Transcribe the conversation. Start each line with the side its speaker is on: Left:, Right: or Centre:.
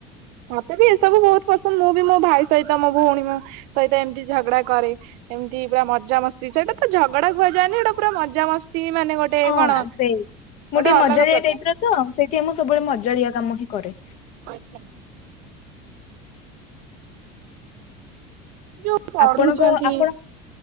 Right: ମତେ ବି ଏସବୁ ବହୁତ ପସନ୍ଦ। ମୁଁ ବି ମୋ ଭାଇ ସହିତ ମୋ ଭଉଣୀ ସହିତ ଏମିତି ଝଗଡା କରେ। ଏମିତି ପୁରା ମଜାାମସ୍ତି ସେଇଟା ତ ଝଗଡା କୁହାଯାଏନି ଏଇଟା ପୁରା ମଜାମସ୍ତି ମାନେ ଗୋଟେ
Left: ହଁ
Right: କଣ
Left: ସେଇ ମୁଁ
Right: ଗୋଟେ
Left: ଟିକେ
Right: ଅଲଗା
Left: ମଜାଡିଆ
Right: ପ୍ରକାର
Left: ଟାଇପ ର ତ ସେଇଥିପାଇଁ ମୁଁ ସବୁବେଳେ ମଜାଡିଆ କାମ ହିଁ କରେ।
Right: ଆଚ୍ଛା ଆଚ୍ଛା। ଯୋଉ ପଢୁଛନ୍ତି
Left: ଆପଣଙ୍କ ଆପଣ